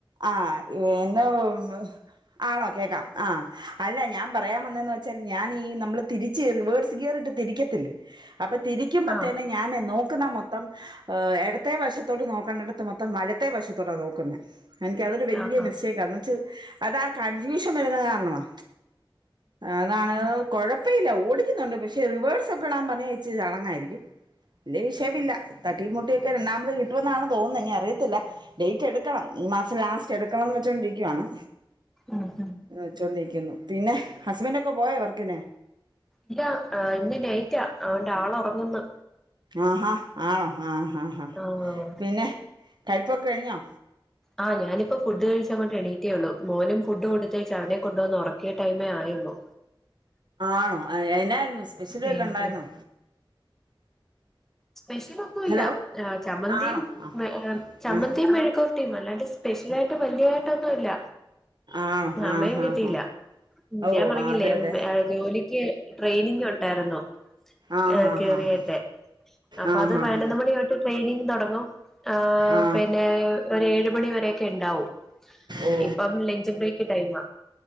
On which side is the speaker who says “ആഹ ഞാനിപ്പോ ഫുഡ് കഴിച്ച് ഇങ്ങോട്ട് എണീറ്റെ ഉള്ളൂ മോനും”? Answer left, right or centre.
Centre